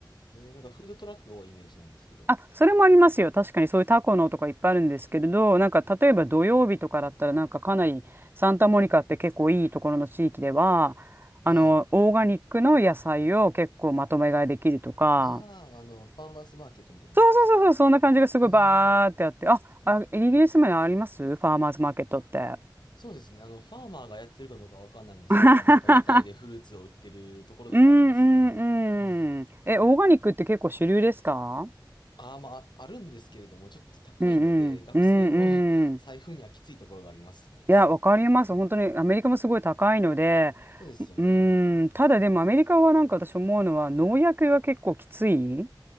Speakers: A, on the left (about 70°); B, on the right (about 30°).
A: えーなんかフードトラックが多いイメージなんですけど。
B: あ、それもありますよ。確かにそういうタコのとかいっぱいあるんですけれど、なんか例えば土曜日とかだったら、なんかかなりサンタモニカって結構いいところの地域では、
A: はい。
B: あの、オーガニックの野菜を結構まとめ買いできるとか、
A: ああ、あの、ファーマーズマーケットみたいなやつですか。
B: そうそうそうそう、そんな感じがすごいバーってあって、
A: へえ。
B: あ、あ、イギリスもありますファーマーズマーケットって。
A: あ、そうですね。あの、ファーマーがやってるかどうかわかんないんですけれども、
B: <laughs>
A: なんか屋台でフルーツを売ってるところとかはありますね。
B: うんうんうん。
A: <laughs>
B: え、オーガニックって結構主流ですか
A: ああ、まあ、あるんですけれども、ちょっと高いので、
B: うんうん。
A: 学生の
B: うんうん。
A: <laughs> 財布にはきついところがありますね。
B: いや、わかります。本当にアメリカもすごい高いので、
A: そうですよね。
B: うーん、ただでもアメリカはなんか私思うのは農薬が結構きつい。